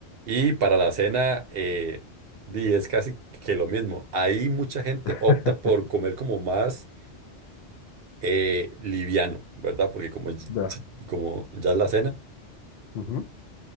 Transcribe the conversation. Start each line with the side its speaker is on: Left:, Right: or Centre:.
Right: Y para la cena, eh, di, es casi que lo mismo. Ahí mucha gente
Left: <laughs>
Right: opta por comer como más eh, liviano, ¿verdad? Porque como, ya-
Left: ya.
Right: como ya es la cena.
Left: ujú.